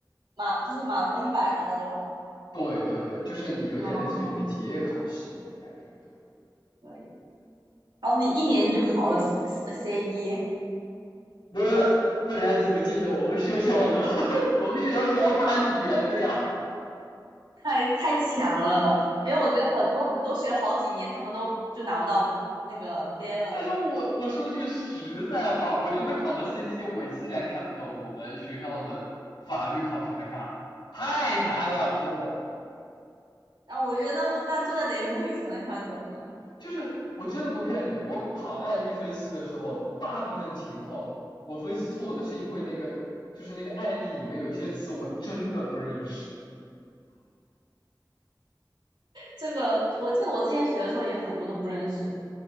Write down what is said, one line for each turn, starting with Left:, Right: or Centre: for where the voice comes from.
Right: 满就是满分一百的那种。
Left: 对对对，就是你有点类似于你的结业考试那种感觉，
Right: 哦，
Left: 对。
Right: 以。然后你一年你就考了 C C C 一，
Left: 那不然怎么进的我们学校呢？<laughs> 我们学校也要卡语言的呀。
Right: 太太强了。因为我觉得很多很多学了好几年，他们都就拿不到那个 B 二。
Left: 但是我我说句实在话，我觉得考了 C 一，我依然看不懂我们学校的法律考试的嘎，太难了，真的。
Right: 然后我觉得那么那真的得母语才能看懂了。
Left: 就是我真的不骗你，我考案例分析的时候，大部分情况我分析错误的是因为那个就是那个案例里面有些词我真的不认识。
Right: 这个我记得我之前学的时候也很多都不认识。